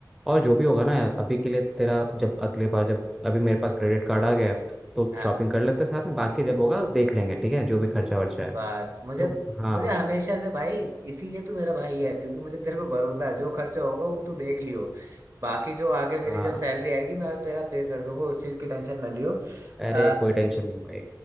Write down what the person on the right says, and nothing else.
हाँ
बस मुझे
मुझे हमेशा से भाई इसीलिए तू मेरा भाई है क्योंकि मुझे तेरे पे भरोसा है जो खर्चा होगा वो तू देख लियो बाकी जो आगे मेरी
जब सैलरी आएगी मैं तेरा पे कर दूंगा उस चीज की टेंशन ना लियो
अ,